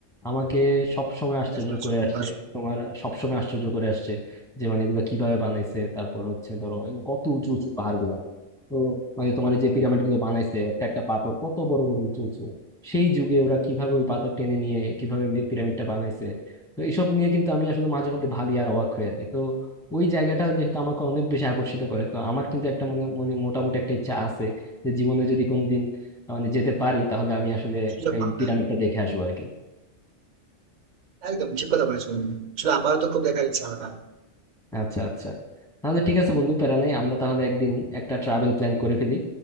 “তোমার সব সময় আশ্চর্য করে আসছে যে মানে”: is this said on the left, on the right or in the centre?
Centre